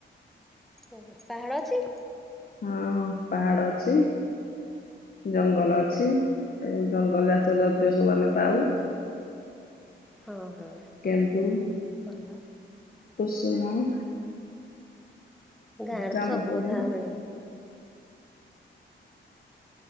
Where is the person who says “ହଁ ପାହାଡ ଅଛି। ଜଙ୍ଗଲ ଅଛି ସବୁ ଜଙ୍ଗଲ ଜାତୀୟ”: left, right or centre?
Left